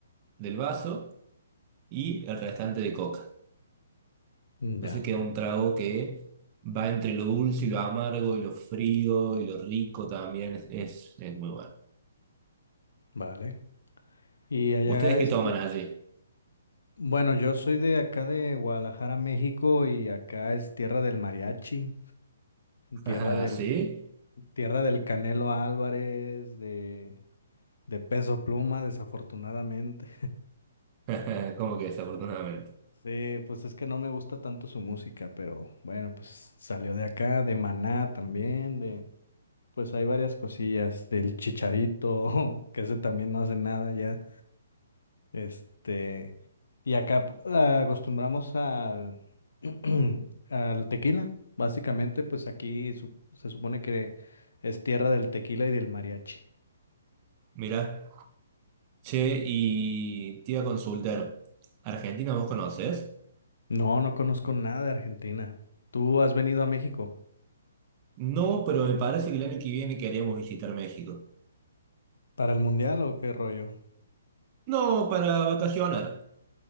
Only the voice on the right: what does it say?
del vaso y el restante de coca.
Entonces
queda un trago que va entre lo dulce y lo amargo y lo frío y lo rico también. Es, es muy bueno.
¿Ustedes qué
toman allí?
<laughs>
¿Sí?
<laughs> ¿Cómo que desafortunadamente?
Mira, che, y te iba a consultar. ¿Argentina vos conocés?
No, pero me parece que el año que viene queremos visitar México.
No, para vacacionar.